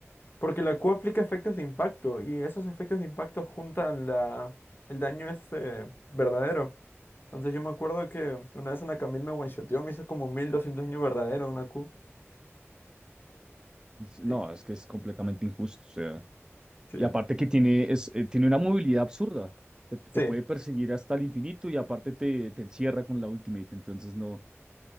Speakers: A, on the left; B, on the right.
A: Porque la Q aplica efectos de impacto y esos efectos de impacto juntan la, el daño este verdadero. Entonces yo me acuerdo que una vez una Camille me one-shoteó, me hizo como 1200 daño verdadero una Q.
B: es- no,
A: Sí,
B: es que es completamente injusto. O sea,
A: sí,
B: y aparte que tiene, es, eh, tiene una movilidad absurda. Te, te
A: sí,
B: puede perseguir hasta el infinito y aparte te, te encierra con la ultimate. Entonces no,